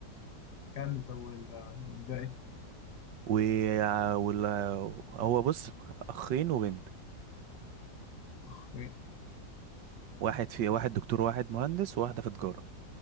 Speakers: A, on the left; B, on the right.
A: كمل طب وال- والباقي
B: و وال... هو بص اخين وبنت
A: اخ
B: واحد في واحد دكتور واحد مهندس وواحده في تجاره